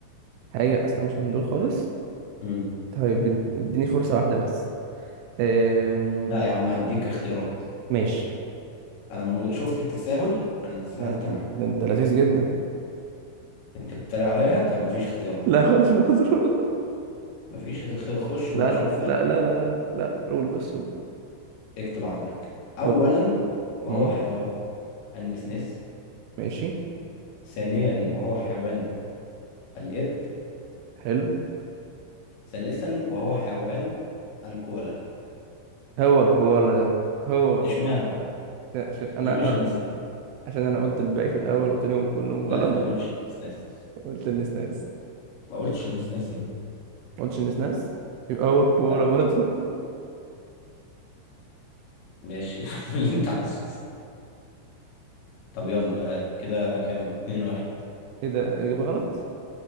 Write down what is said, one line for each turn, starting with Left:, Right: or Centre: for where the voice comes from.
Right: حاجه اصلا مش من دول خالص
Left: مم.
Right: طيب اد- اديني فرصة واحدة بس أم...
Left: لا يا عم هديك اختيارات
Right: ماشي
Left: انا م- شفت التساهل انا تساهلت
Right: لا
Left: معاك
Right: ده انت لذيذ جدا
Left: انت بتتريق عليا طب مفيش اختيارات
Right: <laughs> لا خالص مهزوم <laughs>
Left: مفيش خ- خ- خش
Right: لا
Left: بقى شوف
Right: لا لا
Left: أنهي.
Right: لا لا لا لا لا لا. قول بس قول
Left: اكتب عندك اولا
Right: قول
Left: وهو
Right: امم
Left: حيوان النسناس
Right: ماشي
Left: ثانيا وهو حيوان القرد
Right: حلو
Left: ثالثا وهو حيوان الكوالا
Right: هو الكوالا ده هو
Left: اشمعنى بقى
Right: عشان عشان انا
Left: ليه مش النسناس
Right: عشان انا قلت الباقي في الاول قلت لهم كلهم
Left: لا
Right: غلط
Left: انت ما قلتش النسناس
Right: قلت النسناس
Left: ما قلتش <laughs> النسناس
Right: ما قلتش النسناس يبقى هو الكوالا
Left: لا
Right: برضو <laughs>
Left: ماشي <laughs> اعمل اللي انت عايزه طب يلا ها، كده كام اتنين واحد
Right: ايه ده اجابة غلط